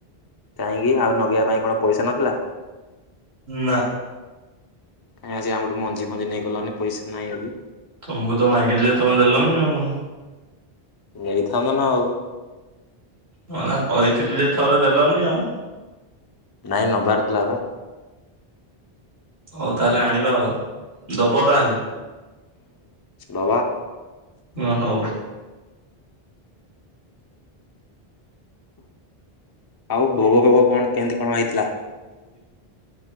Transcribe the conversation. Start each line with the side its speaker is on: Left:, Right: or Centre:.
Left: କାହିଁକି ଆଉ ନଗେଇବା ପାଇଁ କଣ ପଇସା ନଥିଲା?
Right: ନାଁ।
Left: କାଇଁ ଆସି ଆମଟୁ ମଞ୍ଜି, ଫଞ୍ଜି ନେଇ ଗଲନି ପଇସା ନାହିଁ ଯଦି?
Right: ତମକୁ ତ ମାଗିଲି ଯେ ତମେ ଦେଲନି ଆଉ।
Left: ନେଇଥାନ୍ତ ନାଁ ଆଉ।
Right: ମଲା କହିଥିଲି ଯେ ଥରେ ଦେଲନି ଆଉ।
Left: ନାଇଁ ନବାର ଥିଲା ବା,
Right: ହଉ ତାହେଲେ ଆଣିବା ଆଉ। ଦବ
Left: ହୁଁ
Right: ତାହେଲେ
Left: ଦବା।
Right: ଓ ହଉ।
Left: ଆଉ ଭୋଗ, ଫୋଗ କଣ କେମିତି କଣ ହେଇଥିଲା?
Right: କେତେ <inaudible>